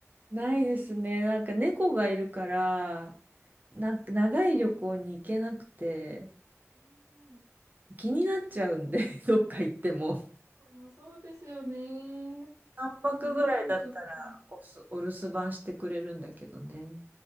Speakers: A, on the right; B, on the right.
A: ないですね。なんか猫がいるから、なんか長い旅行に行けなくて、
B: うん
A: 気になっちゃうんで、<laughs> どっか行っても。
B: うんそうですよね。
A: 3泊ぐらいだったらおす、
B: 猫にとっても。
A: お留守番してくれるんだけどね。